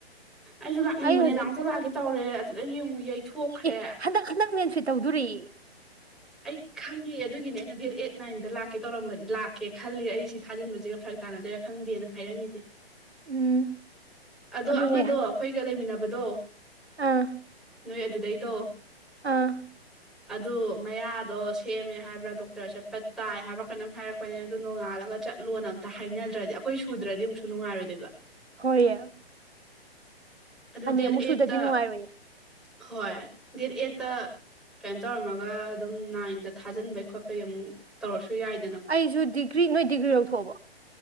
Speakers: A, in the centre; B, on the right (about 85°).
A: ꯑꯩꯖꯨ ꯂꯥꯛꯅꯤꯡꯕꯅꯦ
B: ꯑꯩ ꯍꯧꯖꯤꯛ
A: ꯅꯍꯥꯟꯃꯨꯛꯁꯨ ꯂꯥꯛꯀꯦ ꯇꯧꯔꯦ ꯑꯗꯨꯗꯒꯤ ꯑꯃꯨꯛ ꯌꯩꯊꯣꯛꯈ꯭ꯔꯦ
B: ꯑꯦ ꯍꯟꯗꯛ ꯍꯟꯗꯛ ꯃꯦꯟꯐꯤꯠ ꯇꯧꯗꯨꯔꯤ
A: ꯑꯩ ꯈꯪꯉꯦ ꯑꯗꯨꯒꯤꯅꯦ ꯑꯩꯅ ꯗꯦꯠ ꯑꯩꯠ ꯅꯥꯏꯟꯗ ꯂꯥꯛꯀꯦ ꯇꯧꯔꯝꯕ ꯂꯥꯛꯀꯦ ꯈꯜꯂꯤ ꯑꯩ ꯁꯤ ꯊꯥꯖꯤꯟꯕꯖꯤꯒ ꯐꯔꯛ ꯇꯥꯟꯅꯗꯨꯏꯔꯥ ꯈꯪꯗꯦꯅ ꯍꯥꯏꯔꯝꯃꯤꯖꯦ
B: ꯎꯝ
A: ꯑꯗꯣ
B: ꯑꯗꯨꯅꯦ
A: ꯑꯃꯗꯣ
B: ꯍꯥꯏ
A: ꯑꯩꯈꯣꯏꯒ ꯂꯩꯃꯤꯟꯅꯕꯗꯣ
B: ꯑꯥ
A: ꯅꯣꯏ ꯑꯗꯨꯗꯩꯗꯣ
B: ꯑꯥ
A: ꯑꯗꯨ ꯃꯌꯥꯗꯣ ꯁꯦꯝꯃꯦ ꯍꯥꯏꯕ꯭ꯔꯥ ꯗꯣꯛꯇꯔ ꯆꯠꯄ ꯇꯥꯏ ꯍꯥꯏꯕ꯭ꯔꯥ ꯀꯩꯅꯝ ꯍꯥꯏꯔꯛ ꯄꯅꯦ ꯑꯗꯨ ꯅꯣꯡꯉꯥꯜꯂꯒ ꯆꯠꯂꯣꯅ ꯑꯝꯇ ꯍꯥꯏꯅꯗ꯭ꯔꯗꯤ ꯑꯩꯈꯣꯏ ꯁꯨꯗ꯭ꯔꯗꯤ ꯑꯃꯨꯛꯁꯨ ꯅꯨꯡꯉꯥꯏꯔꯣꯏꯗꯨꯏꯕ
B: ꯍꯣꯏꯑꯦ
A: ꯑꯗꯨ ꯗꯦꯠ
B: ꯑꯃꯨꯛ
A: ꯑꯩꯠꯇ
B: ꯁꯨꯗꯗꯤ ꯅꯨꯡꯉꯥꯏꯔꯣꯏꯌꯦ
A: ꯍꯣꯏ ꯗꯦꯠ ꯑꯩꯠꯇ ꯀꯩꯅꯣ ꯇꯧꯔꯝꯃꯒ ꯑꯗꯨꯝ ꯅꯥꯏꯟꯗ ꯊꯥꯖꯤꯟꯕꯩ ꯈꯣꯠꯄꯩ ꯑꯃꯨꯛ ꯇꯧꯔꯁꯨ ꯌꯥꯏ
B: ꯑꯩꯁꯨ ꯗꯤꯒ꯭ꯔꯤ ꯅꯣꯏ ꯗꯤꯒ꯭ꯔꯤ ꯂꯧꯊꯣꯛꯑꯕꯣ